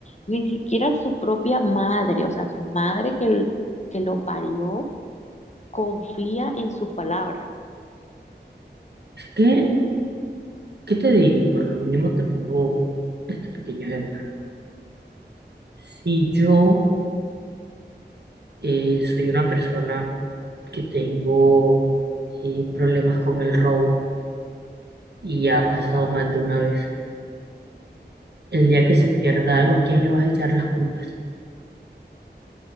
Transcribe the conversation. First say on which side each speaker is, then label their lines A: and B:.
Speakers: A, on the left; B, on the right.
A: Ni siquiera su propia madre, o sea, su madre que, el- que lo parió, confía en su palabra.
B: Es que, ¿qué te digo? Por lo mínimo te pongo este pequeño ejemplo. Si yo eh, soy una persona que tengo eh, problemas con el robo y ya ha pasado más de una vez. El día que se pierda algo, ¿a quién le vas a echar las culpas?